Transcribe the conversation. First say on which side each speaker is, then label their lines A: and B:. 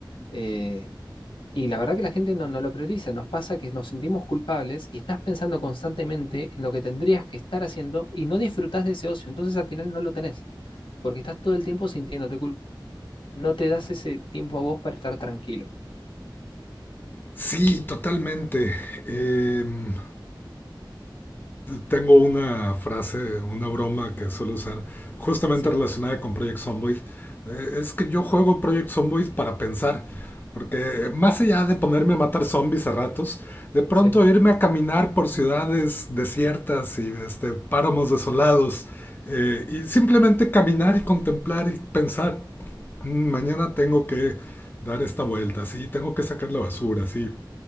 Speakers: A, on the left; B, on the left.
A: eh, y la verdad que la gente no, no lo prioriza, nos pasa que nos sentimos culpables y estás pensando constantemente en lo que tendrías que estar haciendo y no disfrutás de ese ocio, entonces al final no lo tenés, porque estás todo el tiempo sintiéndote culpable. no te das ese tiempo a vos para estar tranquilo.
B: Sí, totalmente. Em, tengo una frase, una broma que suelo usar, justamente
A: Sí,
B: relacionada con Project Zomboid. Eh, es que yo juego Project Zomboid para pensar. Porque más allá de ponerme a matar zombies a ratos, de pronto
A: sí.
B: irme a caminar por ciudades desiertas y este, páramos desolados. eh, y simplemente caminar y contemplar y pensar, "Mm, mañana tengo que dar esta vuelta, sí, tengo que sacar la basura, sí,